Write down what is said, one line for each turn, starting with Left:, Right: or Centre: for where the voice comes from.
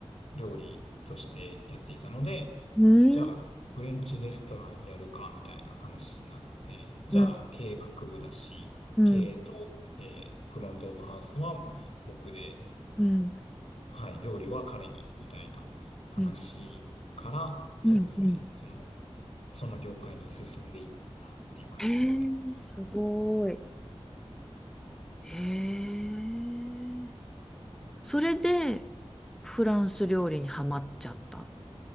Left: 料理としてやっていたので、
Centre: うん。
Left: じゃあ、フレンチレストランやるか、みたいな話になって、じゃあ、
Centre: うん。
Left: 経営学部だし、
Centre: うん。
Left: 経営と、
Centre: うん。
Left: えーフロントオブハウスは僕で、
Centre: うん。
Left: はい、料理は彼に、みたいな話から、
Centre: う
Left: そうですね、
Centre: んうん。
Left: その、その業界に進んでいったっていう感じですね。
Centre: へえ、すごい。へえ。それで、フランス料理にハマっちゃった。